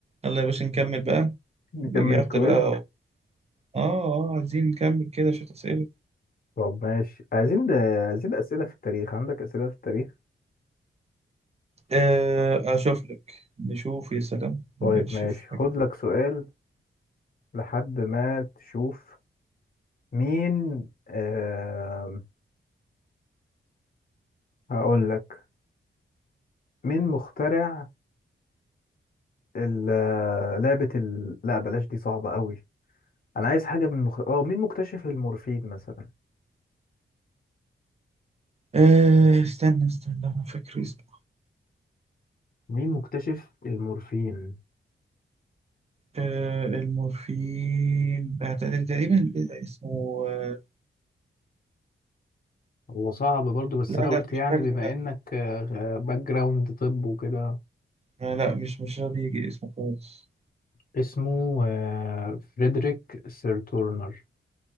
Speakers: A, on the right; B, on the left.
A: يلا يا باشا نكمل بقى
B: نكمل
A: رجعت
B: الكويز
A: بقى اه اه عايزين نكمل كده شوية أسئلة
B: طب ماشي عايزين ده عايزين أسئلة في التاريخ عندك أسئلة في التاريخ
A: آه أشوف لك نشوف يا سلام
B: طيب
A: نكتشف
B: ماشي خد
A: حاجة
B: لك سؤال لحد ما تشوف مين آه... هقول لك مين مخترع ال- لعبة ال... لا بلاش دي صعبة قوي أنا عايز حاجة من مخ... اه مين مكتشف المورفين مثلا
A: آه استنى استنى أنا فاكر اسمه
B: مين مكتشف المورفين
A: آه المورفين آه تق- تقريبا اسمه آه
B: هو صعب برضو بس
A: لا
B: انا
A: لا
B: قلت
A: مش
B: يعني
A: فاكره
B: بما
A: لا
B: انك باك جراوند طب وكده
A: آه لا مش مش راضي يجي اسمه خالص
B: اسمه آه، فريدريك سيرتورنر